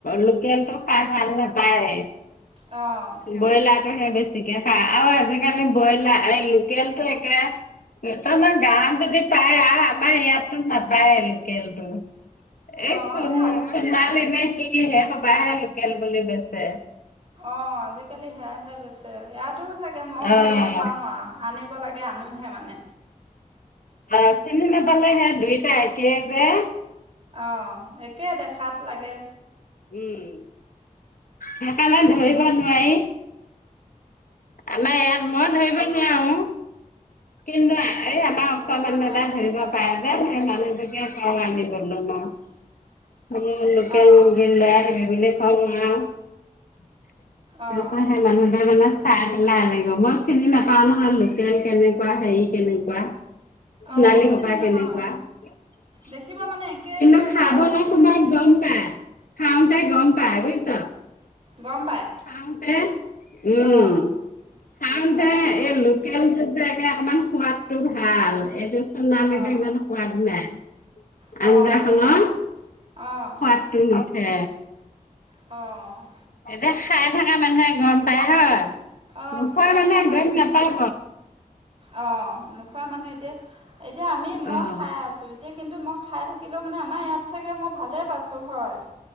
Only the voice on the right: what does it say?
অঁ
অঁ
এয়া
অ আজিকালি সেয়াহে বেছে ইয়াতো চাগে মই
বুজি নাপাও আ আনিব লাগে আনোহে মানে
অ একে দেখাত লাগে
ধৰিব
নোৱাৰি
সেইটো কাৰণে
<unintelligible>
অঁ
অঁ
অঁ ময়ো
চিনি নাপাওঁ
দেখিব মানে একেই যে
হয়
গম পায়
অঁ
অঁ
অঁ
অ',
অ',
অঁ
অ',
খাই থকা
পায়। অ নোখোৱা মানুহ এতিয়া এতিয়া আমি ম
খাই আছো এতিয়া কিন্তু মই খাই থাকিলেও মানে আমাৰ ইয়াত চাগে মই ভালেই পাইছোঁ হয়